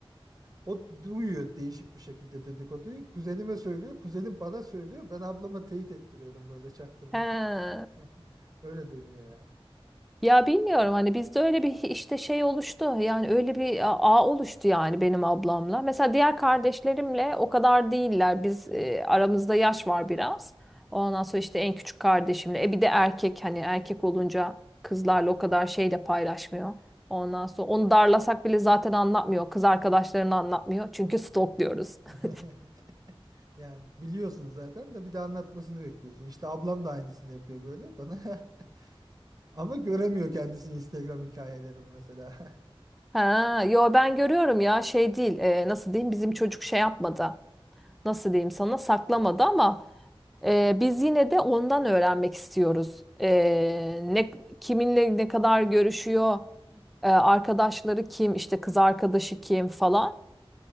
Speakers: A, on the right; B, in the centre.
A: O duyuyor değişik bir şekilde dedikoduyu. Kuzenime söylüyor. Kuzenim bana söylüyor. Ben ablama teyit ettiriyorum böyle çaktırmadan.
B: He.
A: <laughs> Öyle dönüyor ya.
B: Ya bilmiyorum hani bizde öyle bir işte şey oluştu yani öyle bir a- ağ oluştu yani benim ablamla. Mesela diğer kardeşlerimle o kadar değiller biz e, aramızda yaş var biraz. Ondan sonra işte en küçük kardeşimle e bir de erkek hani erkek olunca kızlarla o kadar şey de paylaşmıyor. Ondan sonra onu darlasak bile zaten anlatmıyor kız arkadaşlarını anlatmıyor çünkü stalkluyoruz.
A: <laughs>
B: <laughs>
A: Yani biliyorsun zaten de bir de anlatmasını bekliyorsun. İşte ablam da aynısını yapıyor böyle bana. <laughs> Ama göremiyor kendisi Instagram hikayelerimi mesela. <laughs>
B: Ha, yo ben görüyorum ya şey değil e, nasıl diyeyim bizim çocuk şey yapmadı. nasıl diyeyim sana saklamadı ama e, biz yine de ondan öğrenmek istiyoruz. E, ne kiminle ne kadar görüşüyor, e, arkadaşları kim, işte kız arkadaşı kim falan.